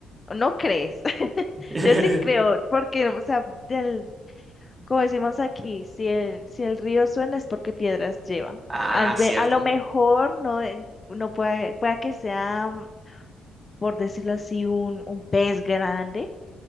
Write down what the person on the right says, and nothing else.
<laughs>
Ah,
cierto.